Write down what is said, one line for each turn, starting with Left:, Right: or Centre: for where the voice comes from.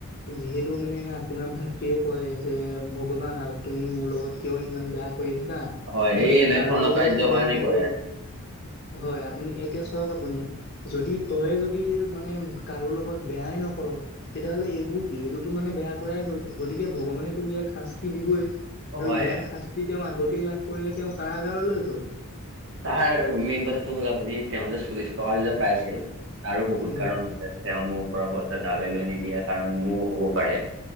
Left: যিহেতু মানে আপোনাৰ ভাতৃয়ে কয় যে, ভগৱান আল তুমি মোৰ লগত কিয় ইমান বেয়া কৰি থাকা,
Right: হয় সেই
Left: মইতো
Right: এনেধৰণৰ
Left: কাৰো লগত
Right: কাৰ্যৰ
Left: একো
Right: কাৰণে
Left: বেয়া নকৰো।
Right: কৰে
Left: হয় আপুনি এতিয়া চওক আপুনি। যদি তই যদি মানে কাৰো লগত বেয়াই নকৰ, তেতিয়াহ'লে এইবোৰ কি? এইটোতো মানে বেয়া কৰাই হ'ল, গতিকে' ভগৱানে তোক ইয়াক শাস্তি দিবই। আৰু
Right: হয়।
Left: ইয়াৰ শাস্তি তেওঁ আগতেই লাভ কৰিলে তেওঁ কাৰাগাৰলৈ গৈ।
Right: তাৰ মেইন কথাটো হ'ল আপুনি, তেওঁ যে চল্লিশ টকাটো যে পাইছিল, তাৰো বহুত
Left: হয়
Right: কাৰণ তেওঁ মোৰ পৰা পইচা ধাৰলে লৈ নিদিয়ে হ'ব পাৰে।